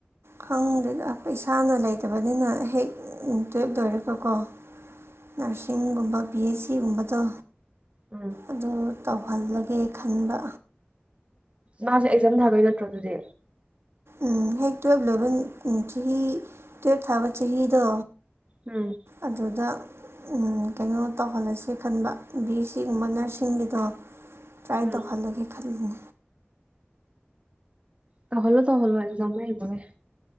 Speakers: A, on the right; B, on the right.
A: ꯈꯪꯗꯦꯗ ꯄꯩꯁꯥꯅ ꯂꯩꯇꯕꯅꯤꯅ ꯍꯦꯛ ꯇꯨꯌꯦꯞ ꯂꯣꯏꯔꯒꯀꯣ ꯅꯔꯁꯤꯡꯒꯨꯝꯕ ꯕꯤ ꯑꯦꯁ ꯁꯤꯒꯨꯝꯕꯗꯣ
B: ꯎꯝ
A: ꯑꯗꯨ ꯇꯧꯍꯜꯂꯒꯦ ꯈꯟꯕ
B: ꯃꯥꯁꯦ ꯑꯦꯛꯖꯥꯝ ꯊꯥꯕꯩ ꯅꯠꯇ꯭ꯔꯣ ꯑꯗꯨꯗꯤ
A: ꯎꯝ ꯍꯦꯛ ꯇꯨꯌꯦꯜꯞ ꯂꯣꯏꯕ ꯆꯍꯤ ꯇꯨꯌꯦꯜꯞ ꯊꯥꯕ ꯆꯍꯤꯗꯣ
B: ꯎꯝ
A: ꯑꯗꯨꯗ ꯎꯝ ꯀꯩꯅꯣ ꯇꯧꯍꯜꯂꯁꯦ ꯈꯟꯕ ꯕꯤ ꯑꯦ ꯁꯤꯒꯨꯝꯕ ꯅꯔꯁꯁꯤꯡꯒꯤꯗꯣ ꯇ꯭ꯔꯥꯏ
B: ꯎꯝ
A: ꯇꯧꯍꯜꯂꯒꯦ ꯈꯜꯂꯤꯅꯦ
B: ꯇꯧꯍꯜꯂꯣ ꯇꯧꯍꯜꯂꯣ ꯑꯦꯖꯝ ꯃꯌꯥ ꯌꯧꯕꯒ